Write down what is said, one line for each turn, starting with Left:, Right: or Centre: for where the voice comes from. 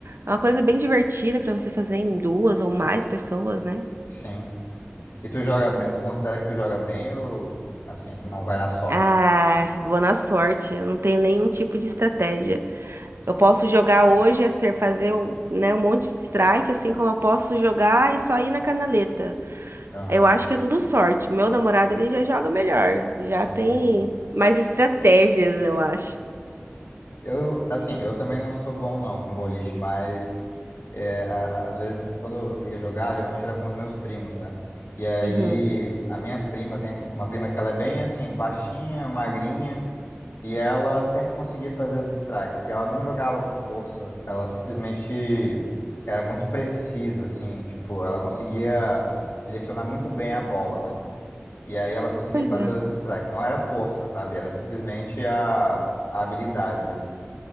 Right: é uma coisa bem divertida pra você fazer em duas ou mais pessoas, né?
Left: sim. E tu joga bem, tu considera que tu joga bem ou assim, não vai na sorte?
Right: Ah, vou na sorte. Eu não tenho nenhum tipo de estratégia. Eu posso jogar hoje, é ser fazer um, né, um monte de strike, assim como eu posso jogar e só ir na canaleta.
Left: Aham,
Right: Eu acho que é tudo sorte. Meu namorado, ele já joga melhor. Já
Left: sim.
Right: tem mais estratégias, eu acho.
Left: Eu, assim, eu também não sou bom não com boliche, mas é, a- às vezes quando eu ia jogar, geralmente era com os meus primos, né? E aí
Right: Uhum.
Left: a minha prima tem uma prima que ela é bem assim, baixinha, magrinha. E ela sempre conseguia fazer os strikes. E ela não jogava com força. Ela simplesmente era muito precisa, assim. Tipo, ela conseguia direcionar muito bem a bola, né? E aí ela conseguia
Right: Pois
Left: fazer
Right: é.
Left: os strikes. Não era força, sabe? Era simplesmente a, a habilidade ali.